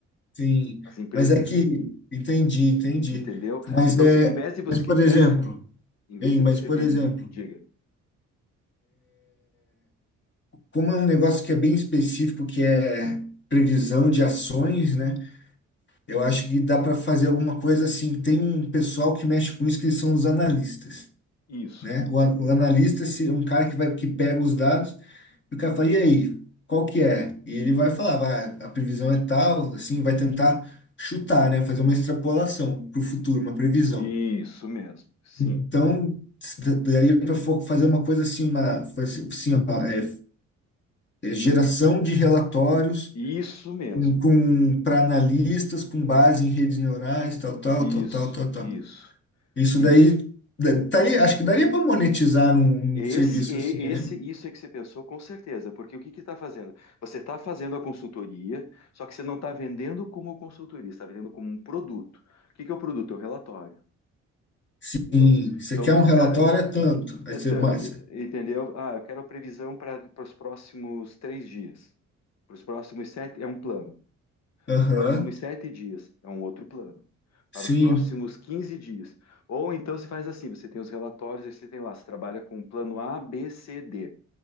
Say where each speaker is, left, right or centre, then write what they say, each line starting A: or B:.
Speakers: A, on the left; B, on the left.
A: Sim,
B: As empresas,
A: mas é que entendi, entendi.
B: entendeu?
A: Mas
B: Então,
A: é,
B: você, em vez de você,
A: mas por
B: essa,
A: exemplo,
B: em vez
A: hein,
B: de
A: mas
B: você
A: por
B: vender,
A: exemplo,
B: diga,
A: como é um negócio que é bem específico, que é previsão de ações, né? Eu acho que dá para fazer alguma coisa assim. Tem um pessoal que mexe com isso que são os analistas,
B: isso.
A: né? O, an- o analista se- é um cara que vai que pega os dados e o cara fala, e aí, qual que é? E ele vai falar, vai, a previsão é tal, assim, vai tentar chutar, né? Fazer uma extrapolação para o futuro, uma previsão.
B: Isso mesmo, sim.
A: Então, daria para fazer uma coisa assim, uma fazer- assim, ó, é, é geração de relatórios
B: Isso mesmo.
A: com, com para analistas com base em redes neurais, tal, tal,
B: Isso,
A: tal, tal, tal, tal.
B: isso,
A: Isso
B: isso.
A: daí da- taria- acho que daria para monetizar num,
B: Esse,
A: num serviço
B: e-
A: assim, né?
B: esse, isso é que você pensou com certeza, porque o que que está fazendo? Você está fazendo a consultoria, só que você não está vendendo como consultoria, está vendendo como um produto. O que que é o produto? É o relatório,
A: Sim,
B: entendeu?
A: você
B: Então
A: quer
B: você,
A: um relatório
B: o cara,
A: é tanto, aí
B: é
A: você
B: tan-
A: mais.
B: entendeu? Ah, eu quero a previsão para os próximos três dias, para os próximos sete, é um plano.
A: Aham.
B: Para os próximos sete dias é um outro plano.
A: Sim,
B: Para os próximos 15 dias. Ou então você faz assim: você tem os relatórios, aí você tem lá, você trabalha com o plano A, B, C, D.